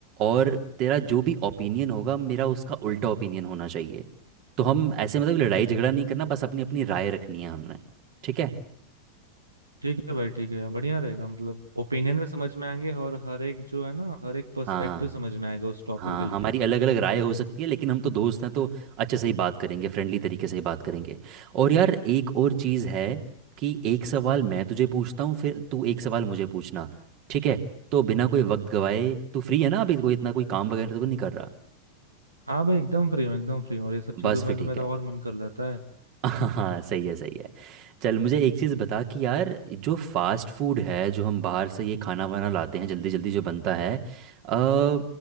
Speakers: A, on the right (about 40°); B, on the right (about 80°).
A: और तेरा जो भी ओपिनियन होगा मेरा उसका उल्टा ओपिनियन होना चाहिए तो हम ऐसे मतलब लड़ाई झगड़ा नहीं करना बस अपनी अपनी राय रखनी है हमने ठीक है
B: ठीक है भाई ठीक है बढ़िया रहेगा मतलब ओपिनियन भी समझ में आएंगे और हर एक जो है ना हर एक पर्सपेक्टिव
A: हाँ हाँ
B: समझ में आएगा उस टॉपिक
A: हाँ
B: रिलेटेड
A: हमारी अलग अलग राय हो सकती है लेकिन हम तो दोस्त हैं तो अच्छे से ही बात करेंगे फ्रेंडली तरीके से ही बात करेंगे और यार एक और चीज़ है कि एक सवाल मैं तुझे पूछता हूँ फिर तू एक सवाल मुझे पूछना ठीक है तो बिना कोई वक्त गवाए तू फ्री है ना अभी कोई इतना कोई काम वगैरह तो नहीं कर रहा
B: हाँ भाई एकदम फ्री हूँ एकदम फ्री हूँ और ये सब चीजों
A: बस
B: में
A: फिर
B: तो
A: ठीक
B: मेरा
A: है
B: और मन कर लेता है
A: हाँ सही है सही है चल मुझे एक चीज़ बता कि यार जो फास्ट फूड है जो हम बाहर से ये खाना वाना लाते हैं जल्दी जल्दी जो बनता है अ,